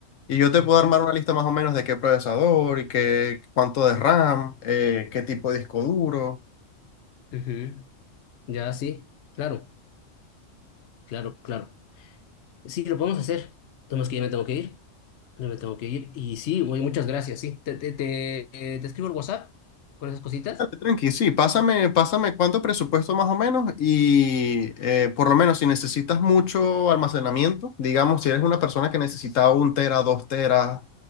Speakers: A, on the left (about 80°); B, on the left (about 65°).
A: y yo te
B: Ujú,
A: puedo armar una lista más o menos de qué procesador y qué, cuánto de RAM, eh, qué tipo de disco duro.
B: ujú. Ya, sí, claro, claro, claro. Sí, lo podemos hacer. Tenemos que ya me tengo que ir. Ya me tengo que ir. Y sí, güey, muchas gracias, sí. Te, te, te, eh, te escribo el WhatsApp con esas cositas.
A: Tranqui, sí, pásame, pásame cuánto presupuesto más o menos y eh, por lo menos si necesitas mucho almacenamiento, digamos, si eres una persona que necesita un tera, dos teras,